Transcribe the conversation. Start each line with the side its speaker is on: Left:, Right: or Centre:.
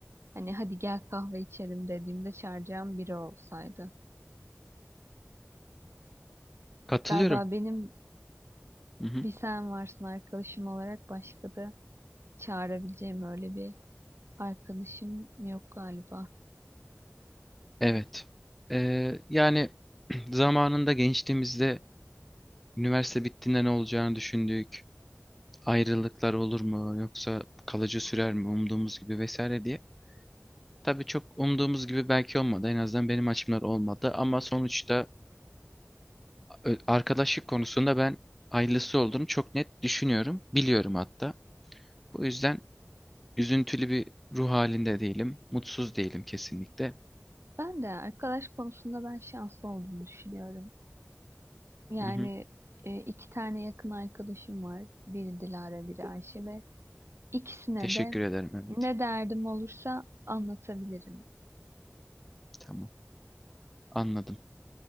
Right: hani hadi gel kahve içelim dediğimde çağıracağım biri olsaydı.
Centre: katılıyorum.
Right: Galiba benim
Centre: Hı hı.
Right: bir sen varsın arkadaşım olarak başka da çağırabileceğim öyle bir arkadaşım yok galiba.
Centre: Evet. E, yani <clears throat> zamanında gençliğimizde üniversite bittiğinde ne olacağını düşündük. ayrılıklar olur mu yoksa kalıcı sürer mi umduğumuz gibi vesaire diye. Tabii çok umduğumuz gibi belki olmadı. En azından benim açımdan olmadı. Ama sonuçta ö- arkadaşlık konusunda ben ayrılısı olduğunu çok net düşünüyorum. Biliyorum hatta. Bu yüzden üzüntülü bir ruh halinde değilim. Mutsuz değilim kesinlikle.
Right: Ben de arkadaş konusunda ben şanslı olduğumu düşünüyorum. Yani
Centre: Hı hı.
Right: e, iki tane yakın arkadaşım var. Biri Dilara, biri Ayşe ve ikisine
Centre: Teşekkür
Right: de
Centre: ederim Mehmet.
Right: ne derdim olursa anlatabilirim.
Centre: Tamam. Anladım.